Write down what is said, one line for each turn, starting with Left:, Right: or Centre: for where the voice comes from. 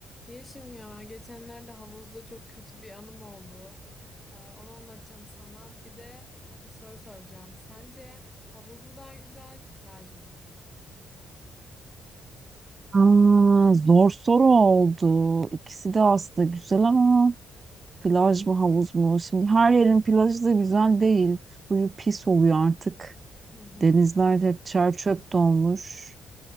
Left: Yeşim ya geçenlerde havuzda çok kötü bir anım oldu. Ee, onu anlatacağım sana. Bir de bir soru soracağım. Sence havuz mu daha güzel, plaj mı?
Right: Aa, zor soru oldu. İkisi de aslında güzel ama plaj mı havuz mu? Şimdi her yerin plajı da güzel değil. Suyu pis oluyor artık.
Left: Hı hı.
Right: Denizler hep çer çöp dolmuş.